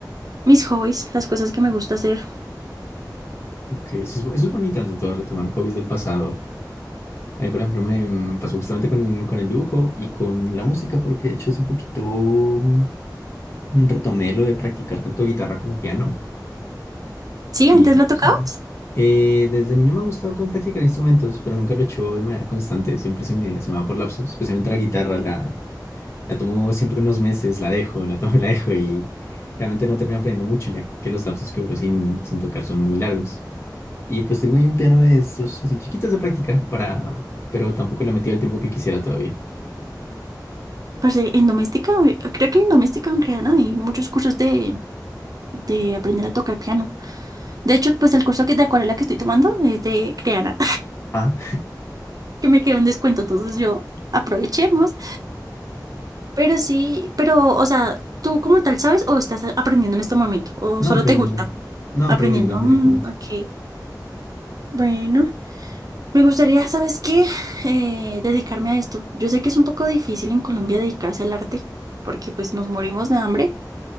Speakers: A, on the right; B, on the left.
A: mis hobbies, las cosas que me gusta hacer.
B: Que eso es, bu- eso es bonito ante todo, retomar hobbies del pasado. Ahí, por ejemplo, me mm, pasó justamente con, con el dibujo y con la música, porque de hecho hace poquito mm, retomé lo de practicar tanto guitarra como piano.
A: Sí,
B: Y
A: antes
B: pues,
A: lo tocabas.
B: eh, desde niño me ha gustado como practicar instrumentos, pero nunca lo he hecho de manera constante. Siempre se me, se me va por lapsos, especialmente la guitarra. La, la tomo siempre unos meses, la dejo, la tomo y la dejo y realmente no termino aprendiendo mucho, ya que los lapsos que duro sin, sin tocar son muy largos. Y pues tengo ahí un piano de esos así chiquitos de práctica para, pero tampoco le he metido el tiempo que quisiera todavía.
A: Parce, en doméstica, eh, creo que en doméstica en Creana hay muchos cursos de, de aprender a tocar piano. De hecho, pues el curso que de acuarela que estoy tomando es de Creana.
B: Ah,
A: que me quedó un descuento, entonces yo aprovechemos. Pero sí, pero, o sea, ¿tú como tal sabes o estás aprendiendo en este momento? ¿O
B: no
A: solo
B: aprendiendo,
A: te gusta
B: no aprendiendo
A: aprendiendo?
B: directamente.
A: Mm, ok, bueno. Me gustaría, ¿sabes qué? Eh, dedicarme a esto. Yo sé que es un poco difícil en Colombia dedicarse al arte, porque pues nos morimos de hambre,